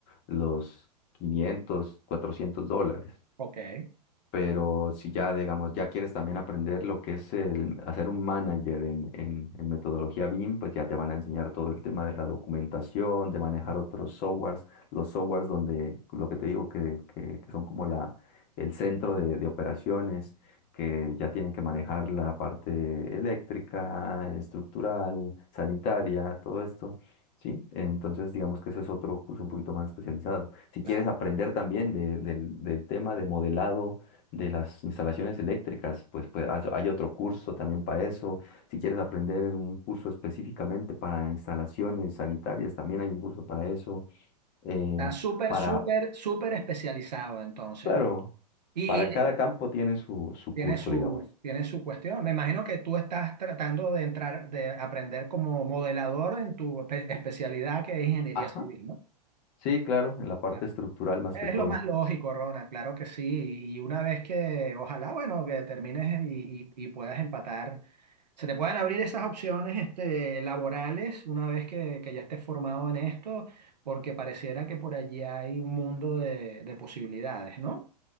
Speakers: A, on the left; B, on the right.
A: los 500 400 dólares.
B: ok,
A: pero si ya, digamos, ya quieres también aprender lo que es el hacer un manager en, en, en metodología BIM, pues ya te van a enseñar todo el tema de la documentación, de manejar otros softwares, los softwares donde, lo que te digo, que, que, que son como la, el centro de, de operaciones, que ya tienen que manejar la parte eléctrica, estructural, sanitaria, todo esto. Sí, entonces digamos que ese es otro curso un poquito más especializado. Si
B: claro.
A: quieres aprender también de- del del tema de modelado de las instalaciones eléctricas, pues, pues hay hay otro curso también para eso. Si quieres aprender un curso específicamente para instalaciones sanitarias, también hay un curso para eso. Eh,
B: Está súper,
A: para,
B: súper, súper especializado entonces,
A: claro,
B: ¿no? Y,
A: para cada campo tiene su, su
B: tiene
A: curso,
B: su,
A: digamos.
B: tiene su cuestión. Me imagino que tú estás tratando de entrar, de aprender como modelador en tu espe- especialidad que es ingeniería
A: Ajá.
B: civil, ¿no?
A: Sí, claro, en la parte
B: Claro.
A: estructural más
B: Es
A: que todo.
B: lo más lógico, Rona, claro que sí. Y una vez que, ojalá, bueno, que termines y, y- y puedas empatar, se te puedan abrir esas opciones este, laborales una vez que, que ya estés formado en esto, porque pareciera que por allí hay un mundo de, de posibilidades, ¿no?